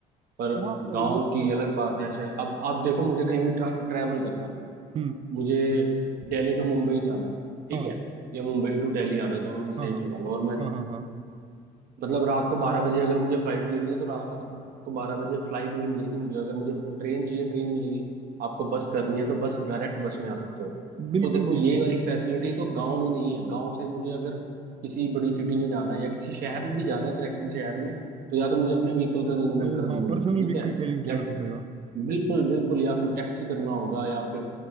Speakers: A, on the right; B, on the right.
A: पर
B: हाँ
A: गांव
B: ये
A: की
B: तो
A: अलग
B: है
A: बात है शहर अब अब देखो मुझे कहीं भी ट्रा, ट्रैवल करना है
B: हम्म,
A: मुझे दिल्ली टू मुंबई जाना है ठीक
B: हाँ
A: है या मुंबई टू दिल्ली आना है दोनों में से
B: हाँ हाँ
A: एक लगा लो और मैं
B: हाँ हाँ हाँ
A: मतलब रात को बारह बजे अगर मुझे फ्लाइट लेनी है तो रात को बारह बजे फ्लाइट भी मिलेगी मुझे अगर मुझे ट्रेन चाहिए ट्रेन मिलेगी आपको बस करनी है तो बस डायरेक्ट बस में आ सकते हो
B: बिल्कुल
A: तो देखो
B: बिल्कुल
A: ये वाली फैसिलिटी तो गांव में नहीं है गांव से मुझे अगर किसी बड़ी सिटी में जाना है या किसी शहर में भी जाना है कनेक्टेड शहर में तो या तो मुझे अपने व्हीकल का अरेंजमेंट
B: तो
A: करनी
B: हाँ
A: होगी
B: पर्सनल
A: ठीक
B: व्हीकल
A: है
B: का यूज
A: या
B: करना पड़ेगा
A: बिल्कुल बिल्कुल या फिर टैक्सी करना होगा या फिर